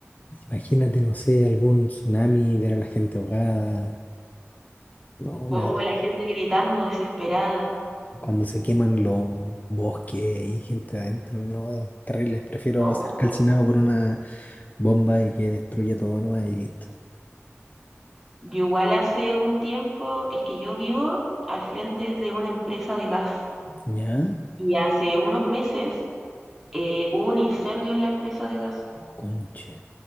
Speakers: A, on the left (about 35°); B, in the centre.
A: Imagínate, no sé, algún tsunami, ver a la gente ahogada. No,
B: O
A: me da
B: la gente gritando desesperada.
A: Cuando se queman los bosques y gente adentro, no, terribles. Prefiero
B: No.
A: ser calcinado por una bomba y que destruya todo nomás y listo.
B: Yo igual hace un tiempo, es que yo vivo al frente de una empresa de gas
A: ¿Ya?
B: y hace unos meses eh, hubo un incendio en la empresa de gas
A: Conche.